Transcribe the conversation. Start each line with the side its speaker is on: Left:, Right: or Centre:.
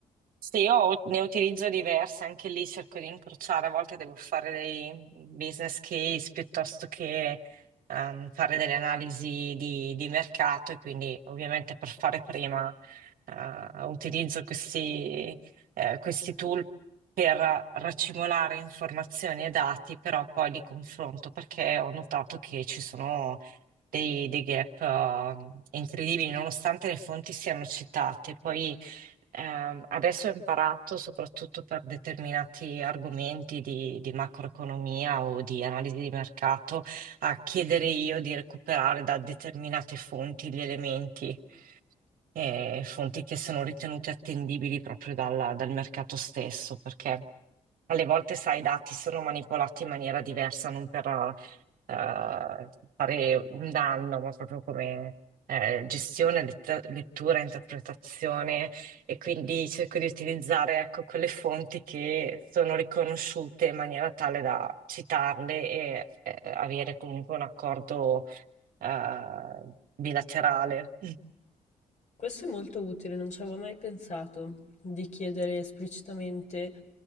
Right: Sì, io ut- ne utilizzo diverse, anche lì cerco di incrociare, a volte devo fare dei business case piuttosto che ehm, fare delle analisi di, di mercato e quindi ovviamente per fare prima eh, utilizzo questi, eh, questi tool per raccimolare informazioni e dati, però poi li confronto perché ho notato che ci sono dei, dei gap eh, incredibili, nonostante le fonti siano citate. Poi Ehm, adesso ho imparato soprattutto per determinati argomenti di, di macroeconomia o di analisi di mercato a chiedere io di recuperare da determinate fonti gli elementi, eh, fonti che sono ritenute attendibili proprio dalla- dal mercato stesso, perché alle volte, sai, i dati sono manipolati in maniera diversa, non per eh, fare un danno, ma proprio come eh, gestione, let- lettura, interpretazione. E quindi cerco di utilizzare, ecco, quelle fonti che sono riconosciute in maniera tale da citarle e eh, avere comunque un accordo eh, bilaterale.
Left: Questo è molto utile, non ci avevo mai pensato di chiedere esplicitamente